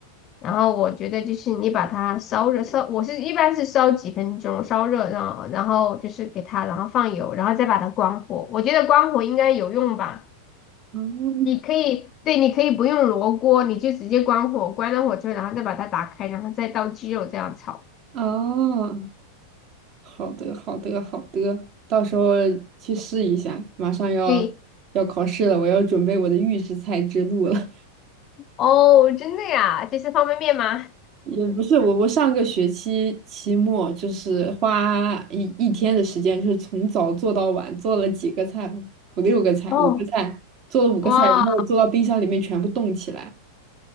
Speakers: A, on the left; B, on the right.
A: 然后我觉得就是你把它烧热，烧我是一般是烧几分钟，烧热，然后然后就是给它，然后放油，然后再把它关火。我觉得关火应该有用吧。
B: 嗯，
A: 你可以，对，你可以不用罗锅，你就直接关火，关了火之后，然后再把它打开，然后再倒鸡肉这样炒。
B: 哦，好的，好的，好的，到时候去试一下。马上要要考试了，
A: 对，
B: 我要准备我的预制菜之路了。
A: 哦，真的呀，这是方便面吗？
B: 也不是我，我上个学期期末就是花一一天的时间，就是从早做到晚，做了几个菜，五六个菜，
A: 哦，
B: 五个菜，做了五个菜，
A: 哇，
B: 然后做到冰箱里面全部冻起来。